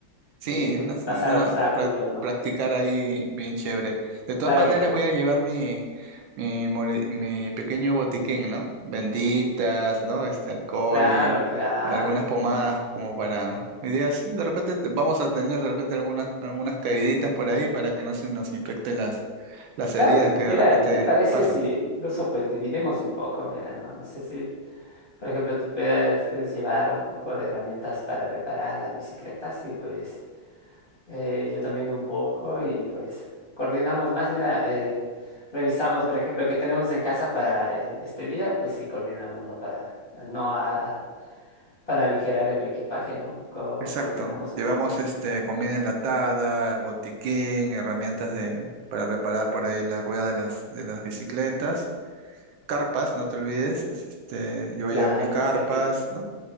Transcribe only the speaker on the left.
y
pasar obstáculos,
¿no?
Claro,
pues,
claro,
claro.
Claro,
mira,
¿qué te parece
si incluso pues dividimos un poco? Mira, no, no sé si, por ejemplo, tú puedes, puedes llevar un poco de herramientas para reparar la bicicleta, sí, pues eh, yo también un poco y pues coordinamos más, mira, eh, revisamos, por ejemplo, qué tenemos en casa para eh, este día, pues sí, coordinamos, ¿no? Para, no a- para aligerar el equipaje, ¿no? Co-
coordinamos un
poco.
Claro.
Claro,
unas carpitas,